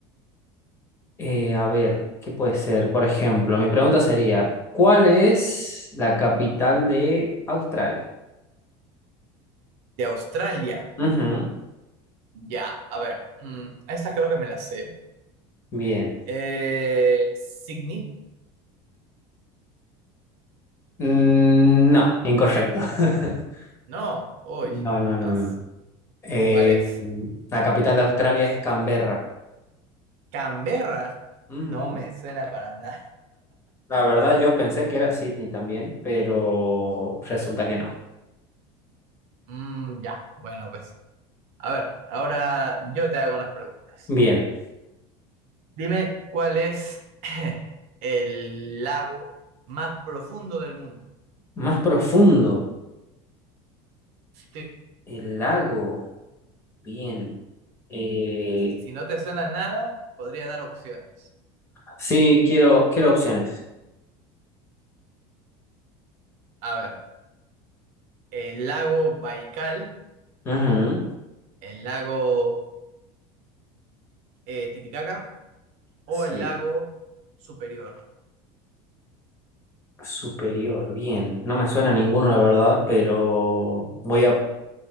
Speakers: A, on the left; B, on the right.
A: Eh, a ver, ¿qué puede ser? Por ejemplo, mi pregunta sería, ¿cuál es la capital de Australia?
B: De Australia,
A: Ujú,
B: ya, a ver. mm, esta creo que me la sé.
A: Bien.
B: Eh, Sydney,
A: Mm, no, incorrecto. <laughs>
B: no, uy.
A: No, no, no,
B: Entonces,
A: no. Eh,
B: ¿cuál es?
A: la capital de Australia es Canberra.
B: Canberra,
A: Ujú.
B: no me suena para nada.
A: La verdad, yo pensé que era Sydney también, pero resulta que no.
B: Mm, ya, bueno, pues. A ver, ahora yo te hago unas preguntas.
A: Bien.
B: Dime cuál es <laughs> el lago más profundo del mundo.
A: Más profundo,
B: Si,
A: el lago. Bien. Eh,
B: si- si no te suena nada, podría dar opciones.
A: sí, quiero, quiero opciones.
B: A ver, el lago Baikal,
A: Ujú.
B: el lago eh, Titicaca o
A: Sí.
B: el lago Superior.
A: Superior, bien. No me suena ninguno, la verdad, pero voy a